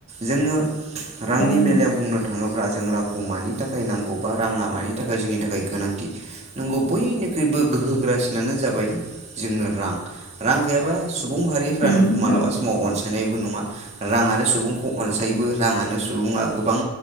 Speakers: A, on the right (about 30°); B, on the left (about 40°).
A: जोङो रांनि
B: औ
A: बेलायाव
B: नंगौ
A: बुंनो थाङोब्ला जों रांखौ मानि थाखाय नांगौ बा राङा मानि थाखाय जोंनि थाखाय गोनांथि नोंगौ बयनिख्रुइबो गोहोग्रासिनानो जाबाय जोंनो रां रां गैयाबा सुबुं माहारिफ्रा
B: उम
A: नोंखौ मालाबा
B: औ
A: स माव अनसायनायबो नङा राङानो सुबुंखौ अनसायोबो राङानो सुबुङा गोबां